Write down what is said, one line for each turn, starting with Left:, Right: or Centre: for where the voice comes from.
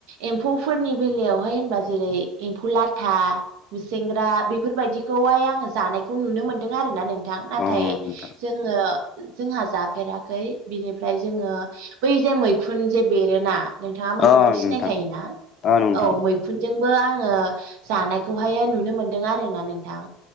Right: एम्फौफोरनि बेलायावहाय होनबा जेरै एम्फौ लाथा मुसेेंग्रा बेफोरबायदिखौहाय आङो जानायखौ नुनो मोनदों आरो ना नोंथां
Left: अ
Right: नाथाय
Left: नोंथां
Right: जों जोङो जोंहा जाफेराखै बिनिफ्राय जोङो बै जे मैखुन जे बेरोना नोंथाङा मैखुनखौ
Left: अ
Right: सिनायखायोना
Left: नोंथां
Right: औ
Left: अ नोंथां
Right: मैखुन खुनजोंबो आङो जानायखौहाय नुनो मोनदों आरोना नोंथां।